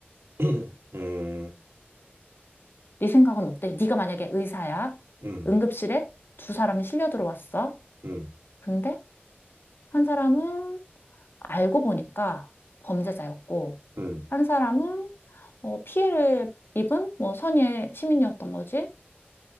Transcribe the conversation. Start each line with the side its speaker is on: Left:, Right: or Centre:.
Right: <clears throat> 음,
Left: 네 생각은 어때? 네가 만약에 의사야.
Right: 음,
Left: 응급실에 두 사람이 실려 들어왔어.
Right: 음,
Left: 근데 한 사람은 알고 보니까 범죄자였고,
Right: 음.
Left: 한 사람은 어, 피해를 입은 뭐 선의의 시민이었던 거지?